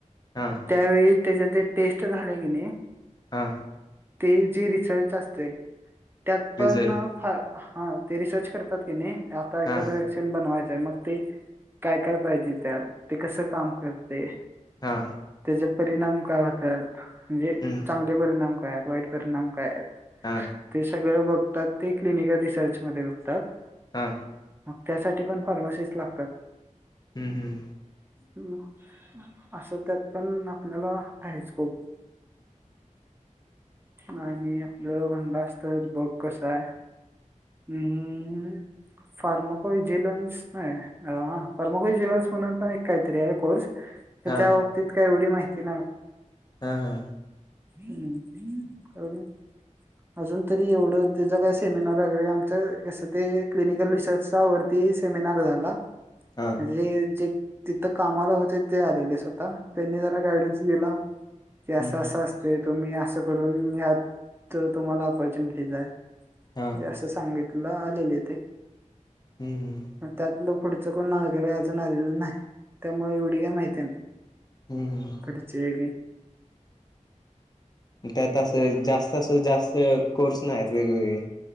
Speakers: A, on the left; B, on the right.
A: हा
B: त्यावेेळी त्याच्या ते टेस्ट झालेय की नाही
A: हा
B: ते जे रिसर्च असते त्यात
A: रिझल्ट
B: पण फा हा ते रिसर्च करतात की नाही आता एखादं
A: हा
B: वॅक्शन बनवायचय मग ते काय काय पाहिजे त्या ते कसं काम करत ते
A: हा
B: त्याच्या परिणाम काय होत म्हणजे
A: हम्म
B: चांगले परिणाम काय वाईट परिणाम काय
A: हा
B: ते सगळं बघ तर कि क्लिनिकल रिसर्चमध्येध्ये बघतात
A: हा
B: मग त्यासाठी पण फार्मासिस् लागतात
A: हम्म हम्म
B: ह असं त्यात पण आपल्याला हायच स्कोप आणि आपल्या म्हणलास तर बघ कसा आहे हम् फार्माको विजिलन्स नाही फार्माको विजिलन्स म्हणून पण एक काहीतरी आहे कोर्स
A: हा
B: त्या बाबतीत काय एवडी नाही <inaudible>
A: हा हा
B: हम्म् कारण अजून तरी एवढं ते ज काय सेमिनार वगैरे आम ते क्लिनिकल रिसर्च वरती सेमिनार झाला
A: हा
B: अे जे तिथं कामाला होते ते आलेले स्वतः त्यांनी जरा गायडन्स दिला
A: हम्म
B: क अस
A: हम्म
B: अस असतय तुम्ही असं करून ह्यात तुम्हाला पर्च्युनिटीज आहे
A: हा
B: असं सांगित ला आलेले ते
A: हम्म हम्म
B: मग त्यातलं पुढचं कोण वगैरे अजून आलेलं नाही त्यामुळे एवढी काही माहिती नाही
A: हम्म हम्म
B: खडचे हक
A: त्यात असं जास्त अस जास्त कोर्स नाही आहेत, वेगवेगळे.